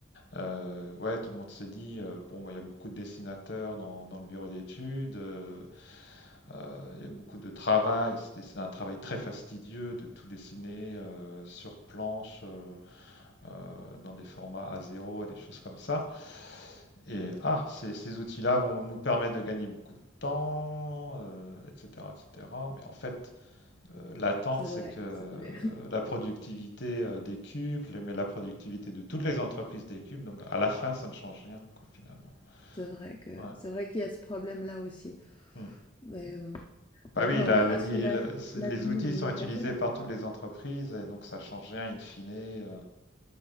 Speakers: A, on the left; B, on the left.
A: euh, ouais, tout le monde s'est dit, euh, bon, bah, il y a beaucoup de dessinateurs dans, dans le bureau d'études. euh, Euh, il y a beaucoup de travail, c'était- c'est un travail très fastidieux de tout dessiner euh, sur planche, euh, euh, dans des formats A0 et des choses comme ça. Et ah, ces, ces outils-là vont nous permettre de gagner beaucoup de temps, euh, etc., etc. Mais en fait, euh, l'attente,
B: C'est
A: c'est
B: vrai,
A: que
B: c'est vrai.
A: la productivité euh, des décuple, mais la productivité de toutes les entreprises décuple. Donc, à la fin, ça ne change rien, quoi, finalement.
B: C'est vrai que
A: Ouais.
B: c'est vrai qu'il y a ce problème-là aussi.
A: Hmm.
B: Mais, hem,
A: Bah
B: bon,
A: oui,
B: bah,
A: là,
B: on verra
A: le ni-
B: ce que la
A: le- c'est-
B: l'avenir
A: les outils
B: nous
A: sont utilisés
B: réserve.
A: par toutes les entreprises et donc ça change rien in fine. euh,